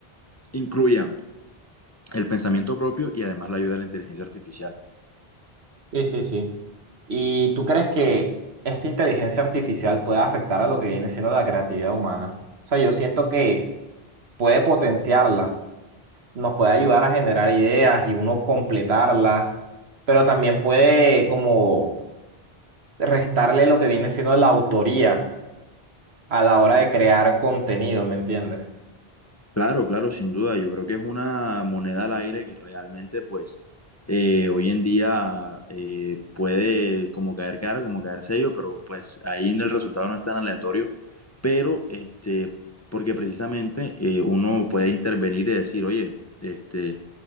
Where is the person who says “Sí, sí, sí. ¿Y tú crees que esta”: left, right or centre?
Right